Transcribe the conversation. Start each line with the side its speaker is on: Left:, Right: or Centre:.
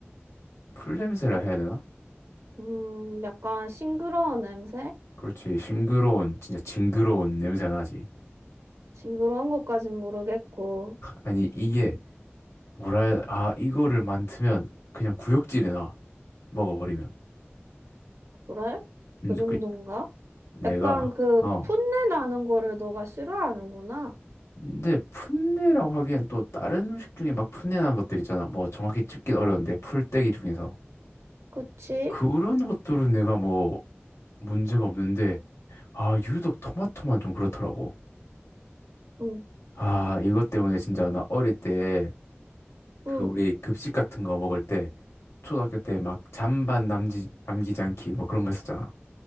Left: 풀냄새라
Right: 약-
Left: 해야 되나?
Right: 음, 약간 싱그러운 냄새?
Left: 그렇지. 싱그러운 진짜 징그러운 냄새가 나지.
Right: 징그러운 것까진 모르겠고,
Left: 아니 이게 뭐라 해야- 아 이거를 맡으면 그냥 구역질에 나 먹어버리면.
Right: 그래?
Left: 음,
Right: 그 정도인가?
Left: 그 내가
Right: 약간 그
Left: 어.
Right: 풋내 나는 거를 너가 싫어하는구나.
Left: 근데 풋내라고 하기엔 또 다른 음식 중에 막 풋내난 것들 있잖아. 뭐 정확히 찍긴 어려운데 풀떼기 중에서
Right: 그치?
Left: 그런 것들은 내가 뭐 문제가 없는데 아 유독 토마토만 좀 그렇더라고.
Right: 응,
Left: 아 이것 때문에 진짜 나 어릴 때
Right: 응,
Left: 그 우리 급식 같은 거 먹을 때 초등학교 때 막 잔반 남지 남기지 않기 뭐 그런 거 했었잖아.